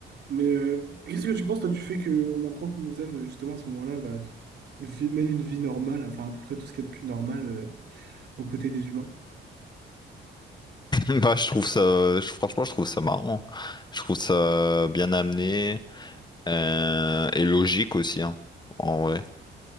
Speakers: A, on the right; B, on the left.
A: Mais euh, qu'est-ce que tu penses, toi, du fait qu'on apprend que Muzan, euh, justement, à ce moment-là, bah, vi- mène une vie normale, enfin à peu près tout ce qu'il y a de plus normal euh, aux côtés des humains?
B: <laughs> Bah, je trouve ça, je- franchement, je trouve ça marrant. Je trouve ça bien amené euh, et logique aussi, hein, en vrai.